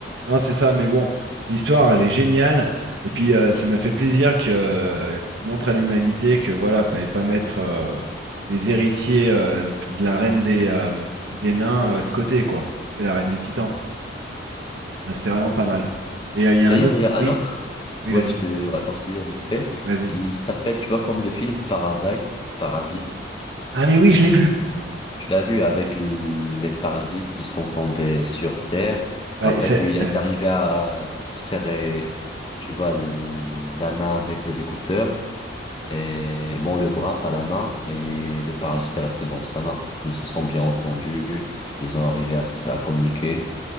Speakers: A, on the right (about 75°); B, on the left (about 25°).
A: Non, c'est ça, mais bon, l'histoire, elle est géniale. Et puis, euh, ça m'a fait plaisir que, euh, il montre à l'humanité que, voilà, fallait pas mettre euh, les héritiers euh, de la reine des, euh, des nains euh, de côté, quoi. C'est la reine des titans. Ah, c'était
B: Ouais.
A: vraiment pas mal. Et euh, il y a
B: D'ailleurs,
A: un autre.
B: il y a un
A: Oui,
B: autre.
A: oui,
B: Ouais,
A: vas-y,
B: je te raconte celui-là vite fait.
A: vas-y.
B: Il s'appelle, tu vois, comme le film Parasite. Parasite.
A: Ah, mais oui, je l'ai vu.
B: Tu l'as vu avec l- les parasites qui sont tombés sur Terre.
A: Ouais,
B: En fait,
A: et ça-
B: lui, il est
A: ouais.
B: arrivé à serrer, tu vois, l- la main avec des écouteurs. Et bon, le bras, pas la main, et il- le parasite est resté dans sa main. Ils se sont bien entendus, ils ont arrivé à, se- à communiquer.